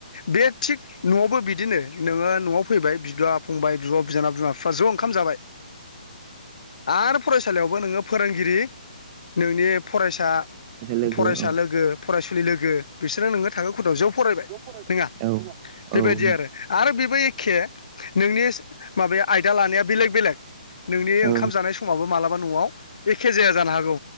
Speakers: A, on the left; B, on the right.
A: बे थिग न'आवबो बिदिनो नोङो न'आव फैबाय बिदा फंबाय बिब' बिनानाव बिमा बिफ्रा ज' ओंखाम जाबाय। आरो फरायसालियावबो नोङो फोरोंगिरि नोंनि फरायसा
B: लोगो
A: फरायसा
B: फरायसुलि
A: लोगो ओ फरायसुलि लोगो बिसोरो नोङो थाखो खथायाव‌ ज‌'फरायबाय
B: फरायबाय
A: नोंङा?
B: नोङा
A: बेबायदि आरो आरो बेबो एखे नोंनि माबाया आयदा लानाया बेलेग बेलेग नोंनि
B: समा
A: ओंखाम जानाय स समाबो मालाबा न'आव एखे जाया जानो हागौ